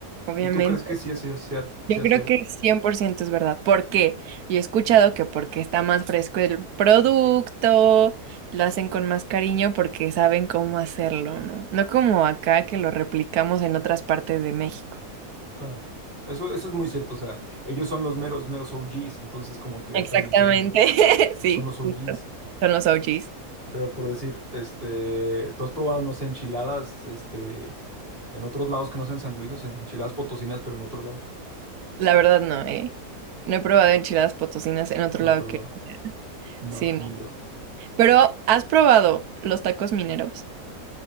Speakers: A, on the right (about 75°); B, on the right (about 35°).
A: obviamente.
B: ¿Y tú crees que sí es- sea, cier- sea
A: Yo creo
B: cierto?
A: que 100% es verdad. ¿Por qué? Yo he escuchado que porque está más fresco el producto, lo hacen con más cariño porque saben cómo hacerlo, ¿no? No como acá que lo replicamos en otras partes de México.
B: Claro. Eso, eso es muy cierto, o sea, ellos son los meros, meros OGs, entonces como que ya
A: Exactamente,
B: saben qué onda,
A: <laughs>
B: porque
A: sí,
B: son los OGs.
A: justo. Son los OGs.
B: Pero por decir, este, tú has probado, no sé, enchiladas, este, En otros lados que no sean San Luis, o sea, enchiladas potosinas, pero en otro lado.
A: La verdad no, eh. No he probado enchiladas potosinas en otro
B: En
A: lado
B: otro
A: que
B: lado. No,
A: sí, no.
B: ni yo.
A: Pero, ¿has probado los tacos mineros?